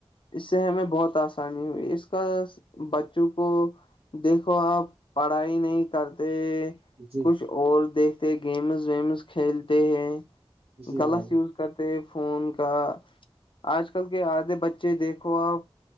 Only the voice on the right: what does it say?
جی
جی
بھائی جان